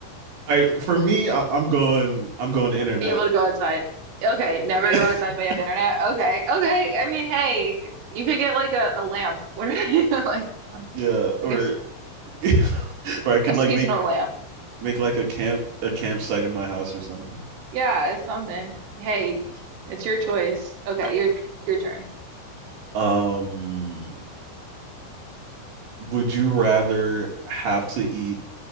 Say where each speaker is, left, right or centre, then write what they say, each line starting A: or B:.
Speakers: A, on the right; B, on the right.
A: I for me, I, I'm going I'm going internet.
B: Be able to go outside. Okay, never
A: <laughs>
B: go outside but you have internet. Okay, okay. I mean, hey, you could get like a, a lamp. <laughs> What are you like
A: yeah,
B: like
A: or
B: a, s-
A: <laughs> or I could
B: a seasonal
A: like make
B: lamp?
A: make like a camp a campsite in my house or something.
B: Yeah, it's something. Hey, it's your choice. Okay, your your turn.
A: Um, would you rather have to eat